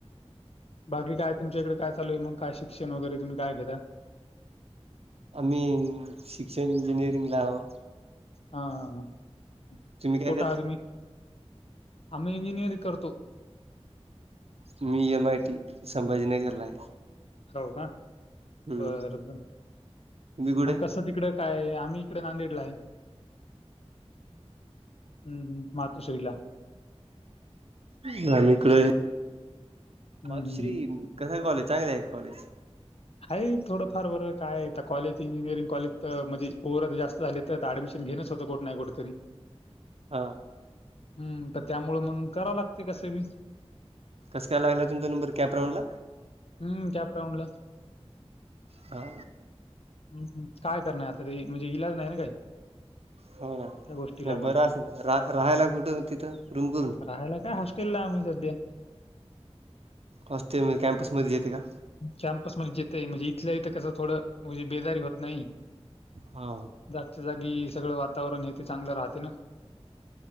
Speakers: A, on the left; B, on the right.
A: बाकी काय तुमच्याकडे काय चालूय मगय शिक्षण वगैरे तुम्ही काय घेता?
B: आम्ही शिक्षण इंजिनिअरिंगला आहो.
A: हा, हा, ह
B: तुम्ही काय
A: कोठ
B: करता
A: आहा तुम्ही? आम्ही इंजिनिअरंग करतो.
B: मी एम, आय, टी, संभाजीनगरला आहे.
A: हो का
B: हम्म
A: बर, बर
B: तुम्ही कुठे
A: मग कसं तिकडे काय आम्ही इकडे नांदेडला आहे. हम्म, हम्म मातोश्रीला.
B: आ इकडे
A: हं,
B: मातश्री.
A: हं, हं.
B: कसं कॉलेज चांगले आहे का कॉलेज.
A: हा थोडंफार बरं काय कॉलेज इंजिनिअरिंग कॉलेज तर म्हणजे पोर जास्त. झाले तर ऍडमिशन घेनच होत कुठ नाही कुठेतरी.
B: हा.
A: हम्म, तर त्यामुळे मग करा लागते कस बी.
B: कस काय लाग तमचा नंबर कॅप राऊंला?
A: हम्म, कॅप राऊडंला.
B: हा.
A: हम्म काय करण आता ते म्हणजे इलाज नाही ना काही.
B: होना नाही
A: त्या गोष्टीला पण.
B: बरं अस रा राहायला कुठं? तिथं रूम करून.
A: काहाला काय. हाॅस तेला लागत होत्या.
B: हॉस्टेल म कॅम्पस मध्ये येते का?
A: कॅम्पस मध्ये येतय म्हणजे इथल्या इथं कसं थोडं म्हणजे बेजारी होत नाही.
B: हा.
A: जागच्यां जांगी सगळं वातांवरण हे ते चांगलं राहते नां.